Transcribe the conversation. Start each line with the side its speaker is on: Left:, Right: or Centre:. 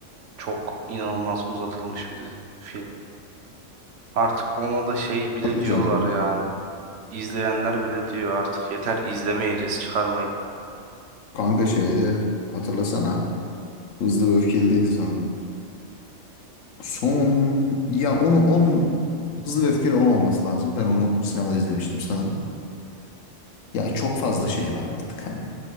Right: çok inanılmaz uzatılmış bir dizi- film. Artık ona da şey bile
Left: Tabii
Right: diyorlar
Left: canım.
Right: yani. İzleyenler bile diyor artık yeter izlemeyeceğiz çıkarmayın.
Left: Kanka şeyde hatırlasana. Hızlı ve öfkeliydi sanırım. Son ya onun onun Hızlı ve Öfkeli 10 olması lazım. Ben onu sinemada izlemiştim sanırım. Ya çok fazla şey var artık hani.